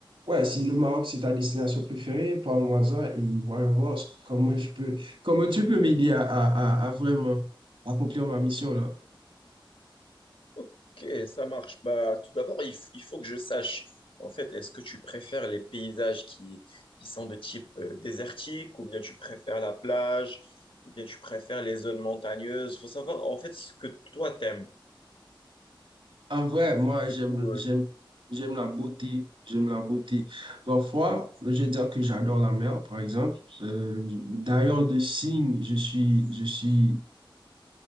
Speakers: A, on the right; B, on the left.
A: ouais, si le Maroc, c'est ta destination préférée, parle-moi-en et voyons voir comment je peux, comment tu peux m'aider à, à, à à vraiment accomplir ma mission là.
B: Ok, ça marche. Bah, tout d'abord, il, f- il faut que je sache, en fait, est-ce que tu préfères les paysages qui, qui sont de type euh, désertique, ou bien tu préfères la plage, ou bien tu préfères les zones montagneuses? Faut savoir, en fait, ce que toi t'aimes.
A: En vrai, moi,
B: Du
A: j'aime,
B: coup,
A: j'aime,
B: euh,
A: j'aime la beauté. J'aime la beauté. Parfois, je vais dire que j'adore la mer, par exemple. Euh, d'ailleurs, de signe, je suis, je suis,